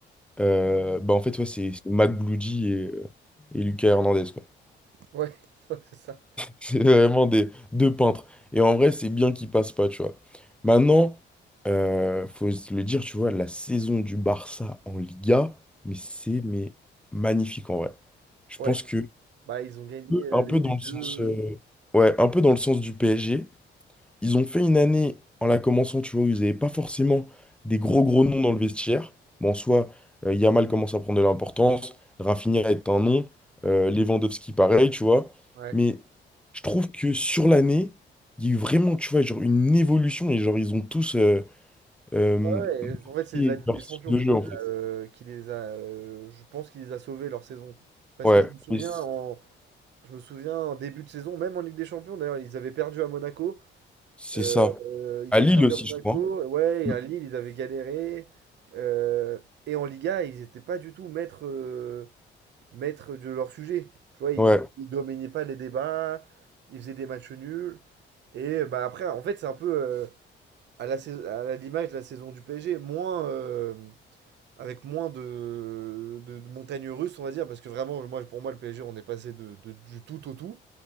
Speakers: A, in the centre; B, on the right.
A: Euh, bah, en fait, ouais, c'est c'est Mac Bloody et, euh, et Lucas Hernandez, quoi. <laughs>
B: Ouais, <laughs> ouais, c'est ça.
A: C'est vraiment des deux peintres. Et en vrai, c'est bien qu'ils passent pas, tu vois. Maintenant, euh, faut se le dire, tu vois, la saison du Barça en Liga, mais c'est mais magnifique en vrai. Je
B: Ouais.
A: pense que
B: Bah, ils ont gagné euh,
A: Un peu
B: les,
A: dans
B: les
A: le sens,
B: deux. euh,
A: euh, ouais, un peu dans le sens du PSG. Ils ont fait une année en la commençant, tu vois, où ils n'avaient pas forcément des gros gros noms dans le vestiaire. Bon, soit euh, Yamal commence à prendre de l'importance, Rafinha est un nom, euh, Lewandowski pareil, tu vois.
B: Ouais.
A: Mais je trouve que sur l'année, il y a eu vraiment, tu vois, genre une évolution et genre ils ont tous euh, euh,
B: Ouais, ouais, en
A: marqué
B: fait, c'est de la Ligue
A: leur
B: des Champions
A: style de
B: qui
A: jeu
B: les
A: en fait.
B: a, euh, qui les a euh, je pense qu'il les a sauvés leur saison. Parce
A: Ouais,
B: que je me souviens
A: mais c-
B: en, je me souviens en début de saison, même en Ligue des Champions, d'ailleurs, ils avaient perdu à Monaco.
A: c'est
B: Euh,
A: ça.
B: ils
A: À
B: avaient
A: Lille
B: perdu
A: aussi,
B: à Monaco,
A: je crois.
B: ouais,
A: Mm.
B: et à Lille, ils avaient galéré. Euh, et en Liga, ils n'étaient pas du tout maîtres, euh, maîtres de leur sujet. Tu vois, ils,
A: Ouais.
B: ils dominaient pas les débats, ils faisaient des matchs nuls. Et bah après, en fait, c'est un peu euh, à la saison- à la- l'image de la saison du PSG, moins, euh, avec moins de, de, de montagnes russes, on va dire, parce que vraiment, moi, pour moi, le PSG, on est passé de, de- du tout au tout.